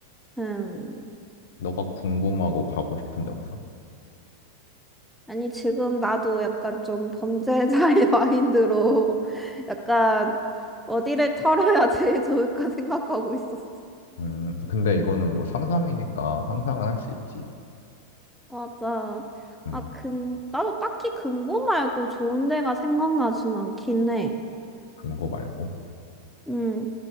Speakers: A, in the centre; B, on the left.
A: 음,
B: 너가 궁금하고 가고 싶은 데 없어?
A: 아니 지금 나도 약간 좀 범죄자의 <laughs> 마인드로 약간 어디를 털어야 제일 좋을까 생각하고 있었어.
B: 음, 근데 이거는 뭐 상상이니까 상상은 할 수 있지.
A: 맞아.
B: 음,
A: 아, 근 나도 딱히 금고 말고 좋은 데가 생각나진 않긴 해.
B: 금고 말고
A: 음,